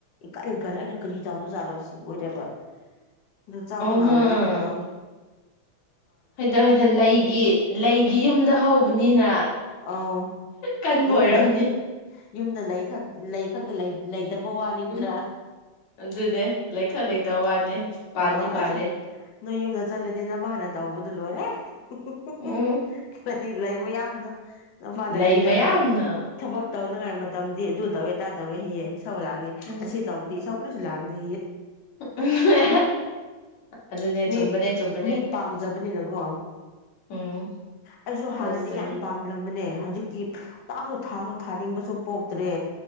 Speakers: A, on the left; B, on the left.
A: ꯏꯀ ꯏꯀ ꯑꯩꯅ ꯀꯔꯤ ꯇꯧꯕꯖꯠꯂꯣꯁꯤ ꯕꯣꯏꯗꯕꯥꯠ ꯔꯆꯥꯕꯒꯥꯟꯖꯤꯗꯨꯃꯑꯣ
B: ꯎꯝꯍꯨꯝ ꯍꯣꯏꯗ ꯍꯣꯏꯗ ꯂꯩꯒꯤ ꯂꯩꯒꯤ ꯌꯨꯝꯗ ꯍꯧꯕꯅꯤꯅ
A: ꯑꯧ
B: ꯀꯟꯕ
A: ꯌꯨꯝꯗ
B: ꯑꯣꯏꯔꯝꯅꯤ
A: ꯌꯨꯝꯗ ꯂꯩ ꯈꯛ ꯂꯩ ꯈꯛꯇ ꯂꯩꯇꯕ ꯋꯥꯅꯤꯗ꯭ꯔꯥ
B: ꯎꯝ ꯑꯗꯨꯅꯦ ꯂꯩꯈꯛ ꯂꯩꯇꯕ ꯋꯥꯅꯤ ꯄꯅꯤ
A: ꯑꯣ
B: ꯄꯥꯂꯦ
A: ꯑꯁ ꯅꯣꯏ ꯌꯨꯝꯗ ꯆꯠꯂꯗꯤ ꯅ ꯃꯥ ꯍꯥꯟꯅ ꯇꯧꯕꯗꯨ ꯂꯣꯏꯔꯦ <unintelligible>
B: ꯎꯝ
A: ꯂꯩ ꯂꯩ ꯃꯌꯥꯝꯗꯣ ꯅꯄꯥꯟꯅꯈ꯭ꯔꯦ
B: ꯂꯩ ꯃꯌꯥꯝꯅ
A: ꯍꯥꯏꯕ꯭ꯔꯥ ꯊꯕꯛ ꯇꯧꯅꯉꯥꯏ ꯇꯝꯗꯤ ꯨ ꯇꯧꯏ ꯑꯗꯥꯇꯧꯑ‌ꯦ ꯍꯌꯦ ꯏꯁꯥꯎ ꯂꯥꯡꯉꯦ
B: ꯎꯝ
A: ꯑꯁꯤ ꯇꯧꯕꯗꯤ ꯏꯁꯆꯥꯎ ꯀꯔꯤꯁꯨ ꯂꯥꯡꯗꯦ
B: ꯎꯝ ꯑꯗꯨꯅꯦ
A: ꯃꯤ
B: ꯆꯨꯝꯕꯅꯦ ꯆꯨꯝꯕꯅꯦ
A: ꯃꯤ ꯄꯥꯝꯖꯕꯅꯤꯅꯀꯣ
B: ꯎꯝ
A: ꯑꯩꯁꯨ
B: ꯇꯧꯖꯔꯤꯅꯦ
A: ꯍꯥꯟꯅꯗꯤ ꯌꯥꯝ ꯄꯥꯝꯂꯝꯕꯅꯦ ꯍꯧꯖꯤꯛ ꯄꯥꯛꯁꯨ ꯊꯥꯁꯨ ꯊꯥꯅꯤꯡꯕꯁꯨ ꯄꯣꯛꯇ꯭ꯔꯦ